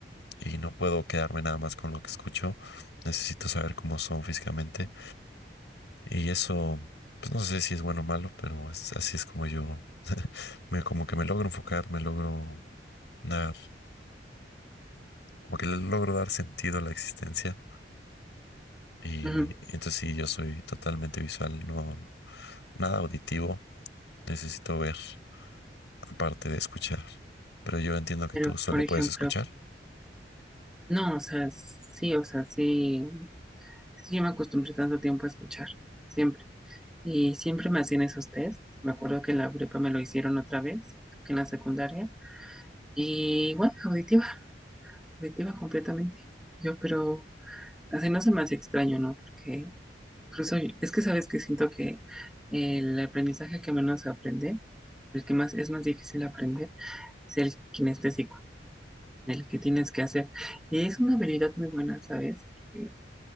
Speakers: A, on the left; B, in the centre.
A: y no puedo quedarme nada más con lo que escucho. Necesito saber cómo son físicamente. Y eso, pues no sé si es bueno o malo, pero es- así es como yo, <laughs> me, como que me logro enfocar, me logro dar, como que le logro dar sentido a la existencia. Y
B: ujú.
A: entonces sí, yo soy totalmente visual, no, nada auditivo. Necesito ver, aparte de escuchar. Pero yo entiendo que
B: Pero,
A: tú solo
B: por ejemplo,
A: puedes escuchar.
B: no, o sea, sí, o sea, sí, sí, yo me acostumbré tanto tiempo a escuchar, siempre. Y siempre me hacían esos test. Me acuerdo que en la prepa me lo hicieron otra vez, que en la secundaria. Y bueno, auditiva, auditiva completamente. Yo, pero así no se me hace extraño, ¿no? Porque incluso yo- es que sabes que siento que el aprendizaje que menos se aprende, el que más es más difícil aprender, es el kinestésico, el que tienes que hacer. Y es una habilidad muy buena, ¿sabes? Porque